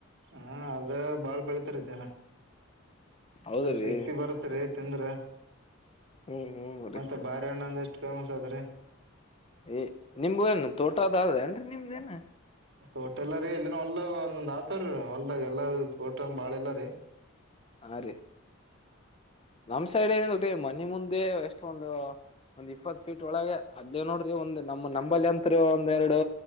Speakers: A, on the right; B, on the left.
A: ಹಾ ಅದ ಬಾಳ್ ಬೆಳಿತಾರ ಜನ
B: ಹೌದ್ರಿ
A: ಸ್ವಲ್ಪ ಶಕ್ತಿ ಬರುತ್ತ್ರಿ. ತಿಂದ್ರ
B: ಹ್ಮ್ ಹ್ಮ್ ರೀ
A: ಮತ್ತೆ ಬಾರಿಹಣ್ಣ ಅಂದ ಎಷ್ಟು ಫೇಮಸ್ ಅದ್ರಿ.
B: ಹೇ ನಿಂಬು ಏನ್. ತೋಟ ಅದ ಅದೇನ್ರಿ ನಿಮ್ದೇನ್
A: ತೋಟೆಲ್ಲರಿ ಎಲ್ಲಿನ ಒಳ್ಳ. ಒಂದ್ ಆತರ ಹೊಲ್ದಾಗ ಎಲ್ಲಾರ ತೋಟ ಬಾಳ ಎಲ್ಲಾರೀ.
B: ಹಾ ರೀ ನಮ್ ಸೈಡ್ ಏನಲ್ರಿ ಮನಿ ಮುಂದೆ. ಅದೆ ಎಷ್ಟ ಒಂದು ಒಂದ್ ಇಪ್ಪತ್ತು ಫೀಟ್ ಒಳಗೆ ಅದ ನೋಡ್ರಿ ಒಂದ. ನಮ್ಮ ನಂಬಲ್ಲಿ ಅಂತ್ರು ಒಂದ ಎರಡು